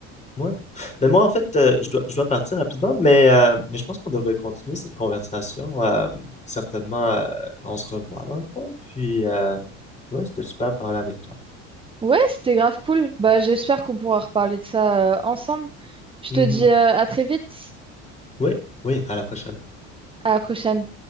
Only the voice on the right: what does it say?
Ouais, c'était grave cool. Bah, j'espère qu'on pourra reparler de ça euh, ensemble. Je
te dis euh, à très vite,
à la prochaine.